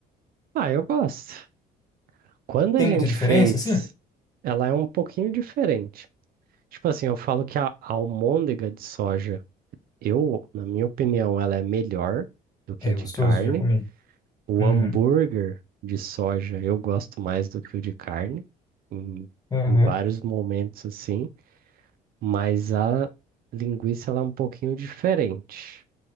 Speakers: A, on the right; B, on the left.
A: Ah, eu gosto. Quando
B: Tem
A: a gente
B: muita diferença,
A: fez,
B: assim?
A: ela é um pouquinho diferente. Tipo assim, eu falo que a almôndega de soja Eu, na minha opinião, ela é melhor do que
B: É
A: a
B: gostoso?
A: de carne.
B: Já comi.
A: O
B: Uhum.
A: hambúrguer de soja eu gosto mais do que o de carne, em,
B: Aham.
A: em vários momentos assim, mas a linguiça ela é um pouquinho diferente.